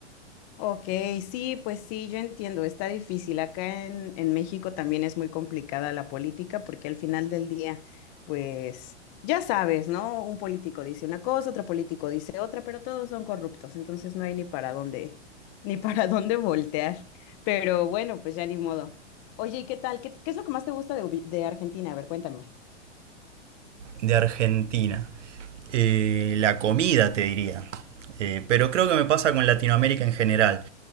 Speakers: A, on the left; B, on the right.
A: Ok, sí, pues sí, yo entiendo, está difícil. Acá en, en México también es muy complicada la política porque al final del día, pues ya sabes, ¿no? Un político dice una cosa, otro político dice otra, pero todos son corruptos, entonces no hay ni para dónde, ni para <laughs> dónde voltear. Pero bueno, pues ya ni modo. Oye, ¿y qué tal? ¿Qué, qué es lo que más te gusta de, Ubi- de Argentina? A ver, cuéntame.
B: De Argentina. Eh, la comida, te diría. Eh, pero creo que me pasa con Latinoamérica en general.